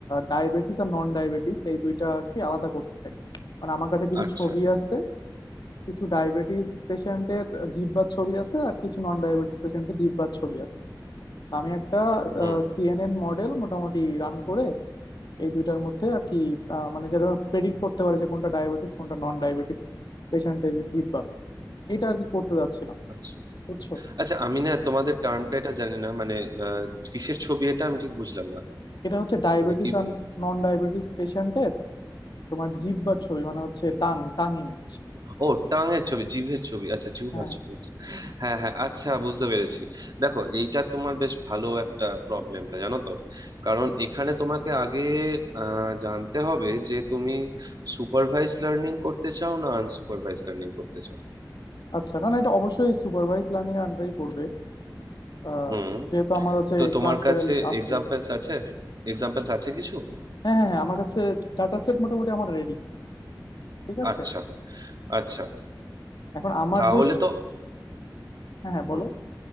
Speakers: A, on the left; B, on the right.
A: ডায়াবেটিস আর নন ডায়াবেটিস এই দুইটাকে আলাদা করতে চাই মানে আমার কাছে কিছু
B: আচ্ছা
A: ছবি আছে কিছু ডায়াবেটিস পেশেন্টের জিহ্বার ছবি আছে আর কিছু নন ডায়াবেটিস পেশেন্টের জিহ্বার ছবি আছে তো আমি একটা
B: হুম
A: সিএনএন মডেল মোটামুটি রান করে এই দুইটার মধ্যে আর কি আহ, মানে যেটা প্রেডিক্ট করতে পারে যে কোনটা ডায়াবেটিস কোনটা নন ডায়াবেটিস পেশেন্টের জিহ্বা এটা আর কি করতে যাচ্ছিলাম
B: আচ্ছা
A: বুঝছো
B: আচ্ছা আমি না তোমাদের টার্মটা এটা জানি না মানে আহ, কিসের ছবি এটা আমি ঠিক বুঝলাম না
A: এটা হচ্ছে ডায়াবেটিস
B: মানে কি
A: আর নন ডায়াবেটিস পেশেন্টের তোমার জিহ্বার ছবি মানে হচ্ছে টাং টাং ইমেজ
B: ও টাঙের ছবি জিভের ছবি আচ্ছা জিহ্বার
A: হ্যাঁ
B: ছবি আচ্ছা হ্যাঁ হ্যাঁ আচ্ছা বুঝতে পেরেছি দেখো এইটা তোমার বেশ ভালো একটা প্রবলেমটা জানো তো কারণ এখানে তোমাকে আগে আহ, জানতে হবে যে তুমি সুপারভাইজ লার্নিং করতে চাও না আনসুপারভাইজ লার্নিং করতে চাও
A: আচ্ছা না না এটা অবশ্যই সুপারভাইজ লার্নিং এর আন্ডারেই পড়বে আহ,
B: হুম
A: যেহেতু আমার হচ্ছে
B: তো তোমার
A: ক্লাস
B: কাছে
A: লেভেল আছে
B: এক্সাম্পলস আছে এক্সাম্পলস আছে কিছু
A: হ্যাঁ হ্যাঁ হ্যাঁ আমার কাছে ডাটা সেট মোটামুটি আমার রেডি ঠিক আছে
B: আচ্ছা আচ্ছা
A: এখন আমার
B: তাহলে
A: যে
B: তো
A: হ্যাঁ হ্যাঁ বলো
B: হুম